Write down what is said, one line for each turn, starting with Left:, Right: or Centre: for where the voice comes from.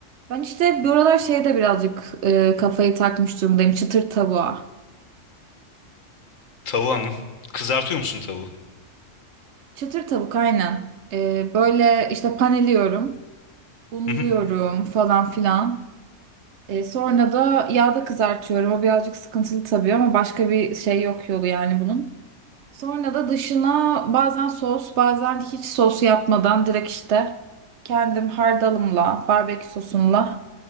Right: Ben işte bu aralar şeyde birazcık e, kafayı takmış durumdayım çıtır tavuğa.
Left: tavuğa mı? Kızartıyor musun tavuğu?
Right: Çıtır tavuk aynen. Ee, böyle işte paneliyorum, unluyorum
Left: <laughs>
Right: falan filan. Ee, sonra da yağda kızartıyorum. O birazcık sıkıntılı tabii ama başka bir şey yok yolu yani bunun. Sonra da dışına bazen sos, bazen hiç sos yapmadan direkt işte kendim hardalımla, barbekü sosumla